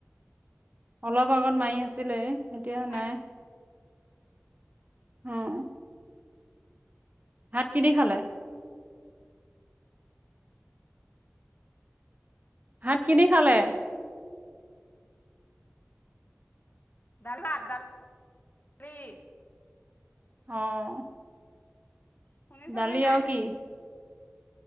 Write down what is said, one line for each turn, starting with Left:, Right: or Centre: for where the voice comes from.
Right: অলপ আগত মাৰি আছিলে। এতিয়া
Left: ভাত খাই
Right: নাই। অঁ-হ। ভাত কি দি খালে? ভাত কি দি খালে?
Left: ডাল- ভাত, <unintelligible> ডালি।
Right: অ'!
Left: শুনিছনে
Right: ডালি
Left: নাই
Right: আৰু কি?